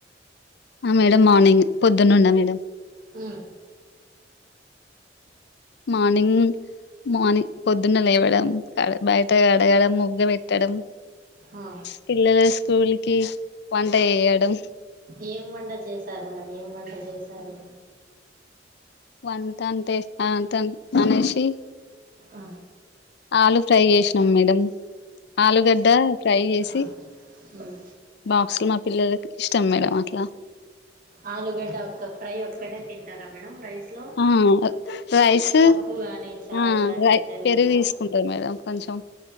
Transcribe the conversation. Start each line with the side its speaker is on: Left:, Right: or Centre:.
Left: హా మేడం మార్నింగ్ పొద్దున్న ఉన్నా మేడం
Right: ఆ
Left: మార్నింగ్ మార్నింగ్ పొద్దున్న లేవడం బయట కాడగడం ముగ్గు పెట్టడం
Right: ఆ
Left: పిల్లలు స్కూల్కి వంట చేయడం
Right: ఏం వంట చేశారు. మేడం ఏం వంట చేసారు.
Left: వంటా అంటె అంత అనేసి
Right: ఆ
Left: ఆలు ఫ్రై చేసినాం మేడం ఆలుగడ్డ ఫ్రై చేసి
Right: ఆ ఉమ్
Left: బాక్స్లు మా పిల్లలకి ఇష్టం మేడం అట్లా
Right: ఆలుగడ్డ ఒక ఫ్రై ఒక్కటే తింటారా మేడం రైస్లో
Left: ఆ రైస్
Right: పప్పు గాని చారు
Left: ఆ
Right: కాని
Left: రై
Right: ఇట్లా ఏం
Left: పెరుగు
Right: తిన్నారా
Left: తీసుకుంటారు మేడం కొంచెం